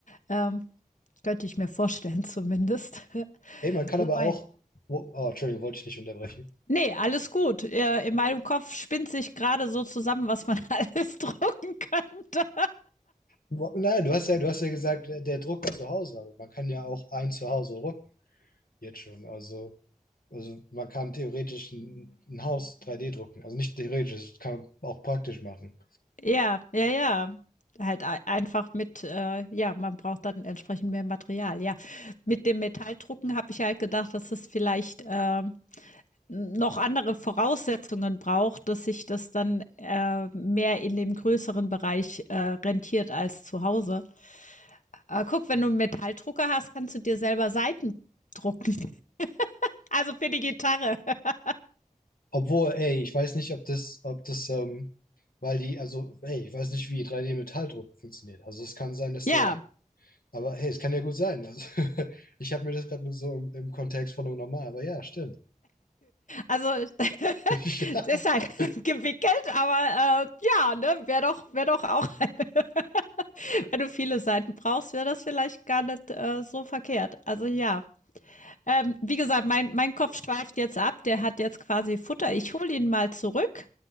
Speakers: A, on the left (about 60°); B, on the left (about 80°).
A: Ähm, könnte ich mir vorstellen zumindest. <laughs>
B: Ey, man kann
A: Wobei,
B: aber auch, oh, Entschuldigung, wollte ich nicht unterbrechen.
A: Ne, alles gut. Äh, in meinem Kopf spinnt sich gerade so zusammen, was man <laughs> alles drucken könnte.
B: Nein, du hast ja, du hast ja gesagt, der der Drucker zu Hause, aber man kann ja auch ein Zuhause drucken, jetzt schon. Also, also man kann theoretisch ein, ein Haus 3D drucken. Also nicht theoretisch, das kann man auch praktisch machen.
A: Ja, ja, ja. Halt ei einfach mit, äh ja, man braucht dann entsprechend mehr Material, ja. Mit dem Metalldrucken habe ich halt gedacht, dass es vielleicht, ähm, noch andere Voraussetzungen braucht, dass sich das dann, äh, mehr in dem größeren Bereich, äh, rentiert als zu Hause. Äh, guck, wenn du 'n Metalldrucker hast, kannst du dir selber Saiten drucken. <laughs> Also, für die Gitarre. <laughs>
B: Obwohl, ey, ich weiß nicht, ob das, ob das, ähm, weil die, also, ey, ich weiß nicht, wie 3D-Metalldruck funktioniert. Also es kann sein, dass
A: Ja.
B: der, aber hey, es kann ja gut sein. Also, <laughs> ich habe mir das gerade nur so im, im Kontext von einem normal, aber ja, stimmt.
A: Also, <laughs>
B: <laughs>
A: deshalb <laughs> gewickelt, aber, äh, ja, ne, wäre doch wäre doch auch <laughs> eine, wenn du viele Seiten brauchst, wäre das vielleicht gar nicht, äh, so verkehrt. Also, ja. Ähm, wie gesagt, mein mein Kopf schweift jetzt ab. Der hat jetzt quasi Futter. Ich hole ihn mal zurück.